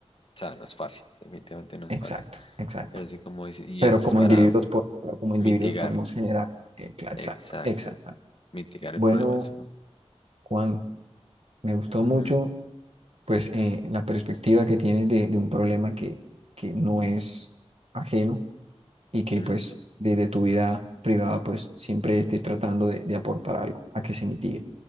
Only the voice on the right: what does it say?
exacto,
exacto.
Pero
como
individuos, po- pero como individuos
podemos generar. eh, cla- exacto,
exacto.
Bueno,
Juan, me gustó
mucho pues eh, la perspectiva que tienes de, de un problema que, que no es ajeno y
que pues desde tu vida privada pues siempre estés tratando de, de aportar algo a que se mitigue.